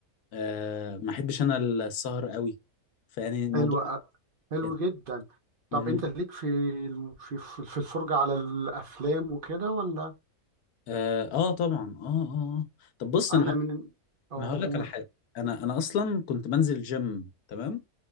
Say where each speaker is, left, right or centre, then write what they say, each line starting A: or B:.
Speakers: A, on the left (about 80°); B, on the right (about 45°).
A: آه ما احبش انا السهر قوي فيعني الموضوع
B: حلو أ- حلو
A: يعني،
B: جدا طب
A: مهم.
B: أنت ليك في الم- في في في الفرجة على الأفلام وكده ولا
A: اه, آه طبعا اه اه آه. طب بص
B: أنا
A: انا
B: من أه
A: انا هقول لك
B: قول
A: على حاجه انا انا اصلا كنت بنزل جيم تمام